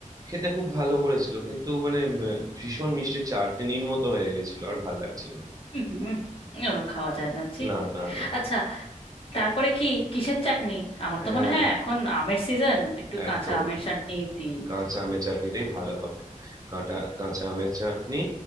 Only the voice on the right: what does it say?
খেতে খুব ভালো করেছিল কিন্তু মানে উম, ভীষণ মিষ্টি চাটনির মতো হয়ে গেছিল আর ভাল লাগছিল
না না না না
হ্যাঁ
একদম
কাঁচা আমের চাটনিটাই ভালো হবে কাঁটা কাঁচা আমের চাটনি